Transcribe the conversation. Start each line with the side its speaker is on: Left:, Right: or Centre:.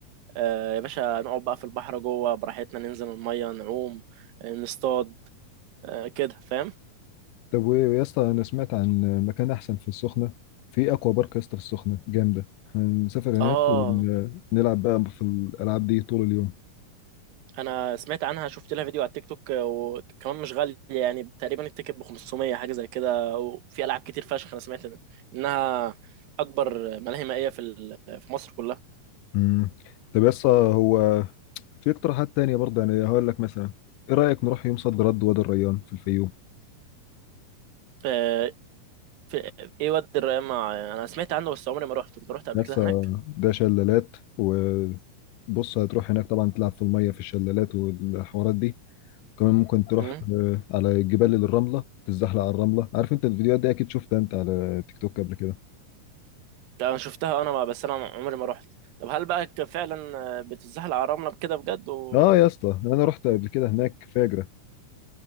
Right: آه، يا باشا نقعد بقى في البحر جوه براحتنا ننزل المية نعوم آه، نصطاد آه، كده فاهم
Left: طب وايه يا اسطى انا سمعت عن مكان احسن في السخنه في اكوا بارك يا اسطى في السخنه جامده هنسافر هناك
Right: اه
Left: ونلعب بقى في الالعاب دي طول اليوم
Right: انا سمعت عنها شفت لها فيديو على التيك توك آه، وكمان مش غاليه يعني تقريبا التيكت ب 500 حاجه زي كده وفي العاب كتير فشخ انا سمعت إن- انها اكبر ملاهي مائيه في ال- في مصر كلها
Left: مم. طب يا اسطى هو في اقتراحات تانية برضه يعني هقول لك مثلا ايه رايك نروح يوم صد رد وادي الريان في الفيوم
Right: آه، في ايه وادي الريان مع انا سمعت عنه بس عمري ما رحت انت رحت قبل
Left: بس
Right: كده هناك
Left: ده شلالات وبص هتروح هناك طبعا تلعب في المية في الشلالات والحوارات دي وكمان ممكن تروح
Right: امم
Left: آه، على جبال الرملة تتزحلق على الرملة عارف انت الفيديوهات دي اكيد شفتها انت على تيك توك قبل كده
Right: انا شفتها انا بس انا عمري ما رحت طب هل بقى ك- فعلا آه، بتتزحلق على الرمله بكده بجد و...
Left: اه يا اسطى انا رحت قبل كده هناك فاجرة